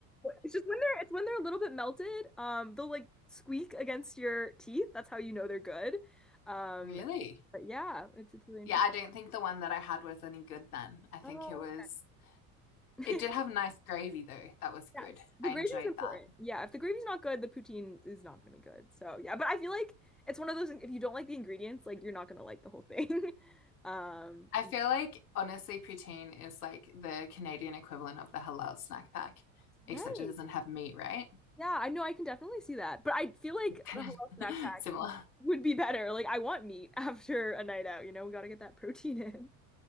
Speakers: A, in the centre; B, on the left (about 80°).
A: It's just when they're it's when they're a little bit melted, um, they'll like squeak against your teeth. That's how you know they're good. Um,
B: Really?
A: but yeah, it's it's really interesting.
B: Yeah, I don't think the one that I had was any good then. I think
A: Oh,
B: it was
A: okay.
B: it did
A: <laughs>
B: have nice gravy though. That was good.
A: Yes, the
B: I
A: gravy
B: enjoyed
A: is important.
B: that.
A: Yeah, if the gravy's not good, the poutine is not gonna be good. So yeah, but I feel like it's one of those things, if you don't like the ingredients, like you're not gonna like the whole thing. <laughs> Um,
B: I feel like honestly poutine is like the Canadian equivalent of the halal snack pack, except
A: right.
B: it doesn't have meat, right? <laughs>
A: Yeah, I know I can definitely see that. But I feel like
B: Kind
A: the halal
B: of
A: snack pack
B: <laughs> similar.
A: would be better. Like I want meat <laughs> after a night out, you know, we gotta get that protein in.